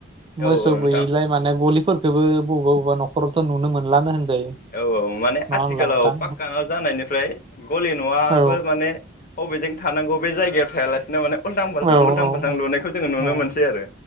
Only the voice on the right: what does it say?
मोसौ
गैयिलाय माने गलि फोरखोबो बबेबा बबेबा नखरावथ नुनो मोन्लानो होनजायो।
नङा
होमब्ला नोंथां
औ
औ
औ
औ